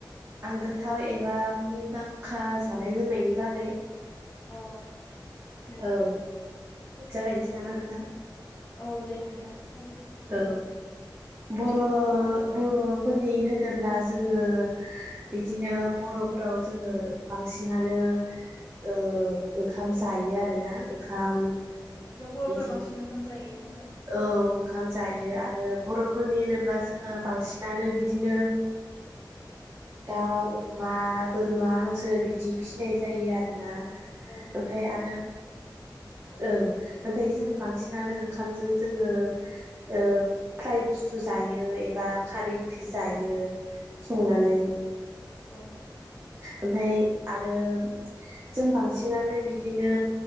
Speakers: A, on the right; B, on the left.
A: आंगोथाव एबा मुंदांखा जानाय लोंनायनि बागै
B: अ अ दे
A: औ
B: औ
A: जागायनोसै नामा नोंथां?
B: औ दे नोंथां जागाय दे
A: औ बर बरफोरनि होनोब्ला जोङो बिदिनो बरफोराव जोङो बांसिनानो ओंखाम जायो आरोना ओंखाम
B: जों बरफोरा
A: बिदिनो
B: बांसिन ओंखाम जायो आरो
A: औ ओंखाम जायो
B: औ
A: आरो बरफोरनि होनोब्ला जोङो बांसिन नानो बिदिनो दाउ अमा बोरमा हांसो बिदि फिसिनाय जायो आरोना
B: औ
A: ओमफ्राय
B: औ
A: आरो औ ओमफ्राय जों बांसिनानो ओंखाम जों जोङो फ्राय बुस्थु जायो बा खारै ओंख्रि जायो संनानै
B: औ औ
A: ओमफ्राय आरो जों बांसिनानो बिदिनो